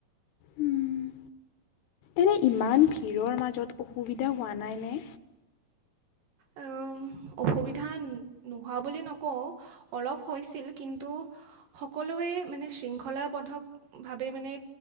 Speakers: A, on the left; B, on the right.
A: উম, এনে ইমান ভিৰৰ মাজত অসুবিধা হোৱা নাই নে?
B: উম, অসুবিধা নোহোৱা বুলি নকওঁ, অলপ হৈছিল কিন্তু সকলোৱে মানে শৃংখলাবদ্ধভাৱে মানে